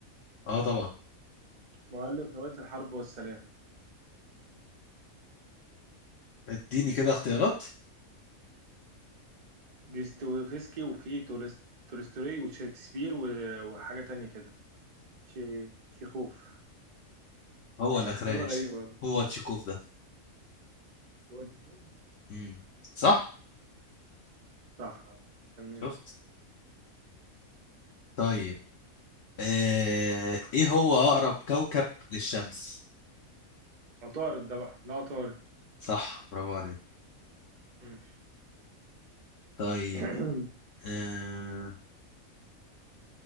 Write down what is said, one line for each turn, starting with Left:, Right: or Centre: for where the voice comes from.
Left: اه طبعا
Right: مؤلف رواية الحرب والسلام
Left: اديني كده اختيارات
Right: ديستويفسكي وفي تولس- تولستوي وشكسبير و- وحاجة تانية كده تشي- تشيخوف
Left: هو
Right: <laughs>
Left: الأخراني
Right: سما غريبة
Left: تشيك-
Right: والله
Left: هو تشيكوف ده
Right: هو تيكون
Left: مم. صح
Right: صح آه. تمام
Left: شفت طيب آه... ايه هو أقرب كوكب للشمس
Right: عطارد ده بقى ده عطارد
Left: صح برافو عليك
Right: ماشي
Left: طيب
Right: <clears throat>
Left: آه...